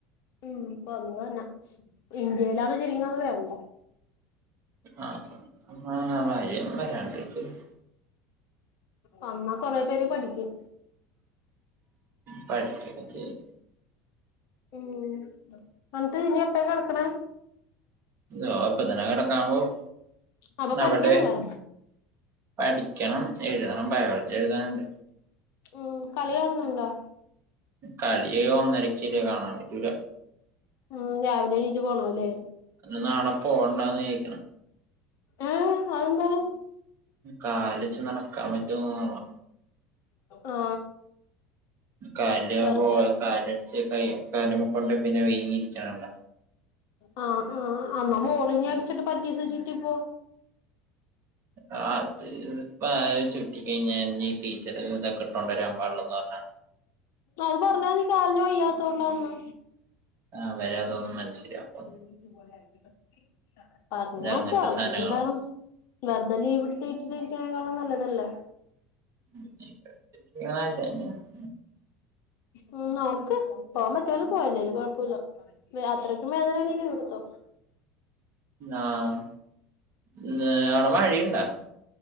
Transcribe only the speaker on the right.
ആ ആ ഭാര്യം വരാണ്ടരിക്ക <unintelligible>
പഠിക്കന്നെ ചെയ്യും
ദോ പ്പത്തന്നെ കിടക്കാം പോവും.
അവടെ പഠിക്കണം, എഴുതണം, ബയോളജി എഴുതാന്ണ്ട്
കളി ഒന്നരക്കെ കാണാൻ പറ്റൂല
അത് നാളെ പോവണ്ടാന്ന് വിചാരിക്കണെ
കാലച്ച് നടക്കാൻ പറ്റും തോന്ന്ണില്ല
കാല്
പോ കാലട കാല <unintelligible> കൊണ്ട് പിന്നെ വീങ്ങിയിരിക്കാണല്ലോ
അ ആത് ഇപ്പ ചുട്ടിക്കഴിഞ്ഞീ ടീച്ചർ ഇട്ടോണ്ട് വരാൻ പാടില്ലെന്ന് പറഞ്ഞാണ്
അവരതൊന്നും
മനസ്സിലാക്കും
അത് അങ്ങനത്തെ സാധനങ്ങളാ
<unintelligible>
ആഹ് ന്നേ അവിട മഴയിണ്ടാ?